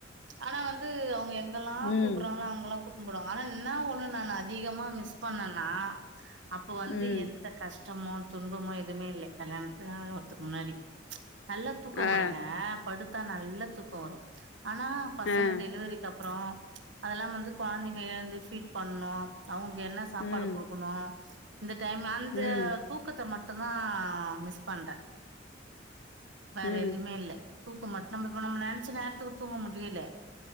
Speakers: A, on the right; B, on the left.
A: ஆனா வந்து அவங்க எங்க எங்களா
B: ம்
A: கூப்படுறாங்கள அங்கல்லா கூட்னு போவாங்க ஆனா என்ன ஒண்ணு நான் அதிகமா மிஸ் பண்ணனா அப்போ வந்து
B: ம்
A: எந்த கஷ் டமோ துன்பமோ எதுமே இல்லை கல்யாணத்து <unintelligible> ஆவரத்துக்கு முன்னாடி நல்ல தூக்க
B: ஆ
A: வருங்க படு த்தா நல்ல தூக்கோ வரு ஆனா பசங்க
B: ஆ
A: டெலிவரிக்கு அப்புறோ அதெல்லா வந்து கொழந்தைங்க எழுந்தி ஃபீட் பண்ணு அவங்களுக்கு என்ன சாப்பாடு
B: ம்
A: குடுக்கணு இந்த டைமு அந்த
B: ம்
A: தூக்கத்த மட் டு தா மிஸ் பண்றே வேற
B: ம்
A: எதுமே இல்ல தூக்க மட்டு நம்ம இப்ப நம்ம நெனைச்ச நேரத்துக்கு தூங்க முடியலே